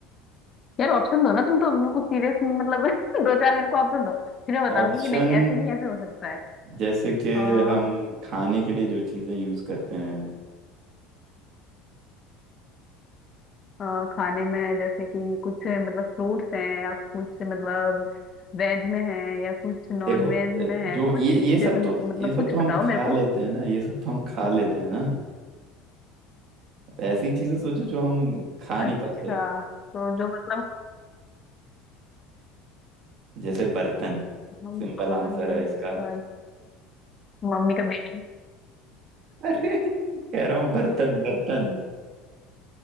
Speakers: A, on the left; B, on the right.
A: यार ऑप्शन दो ना तुम तो बिल्कुल सीरियस मतलब <laughs> दो चार मेरे को ऑप्शन दो फिर मैं बताऊंगी
B: ऑप्शन
A: कि नहीं ऐसे नहीं ऐसे हो सकता है
B: जैसे कि
A: आ,
B: हम खाने के लिए जो चीजें यूज करते हैं
A: आ, खाने में जैसे कि कुछ मतलब फ्रूट्स हैं या कुछ मतलब वेज में है या कुछ नॉन
B: देखो
A: वेज में है
B: जो
A: कुछ
B: ये ये सब
A: जैसे मतलब
B: तो ये सब
A: कुछ
B: तो हम
A: बताओ
B: खा
A: मेरे को
B: लेते हैं ना ये सब तो हम खा लेते हैं ना ऐसी चीजें सोचो जो हम खा
A: अच्छा
B: नहीं पाते हैं
A: तो जो मतलब
B: जैसे बर्तन
A: हम
B: सिंपल
A: खा
B: आंसर
A: नहीं
B: है इसका
A: पाते मम्मी का बेटा
B: अरे कह रहा हूँ बर्तन बर्तन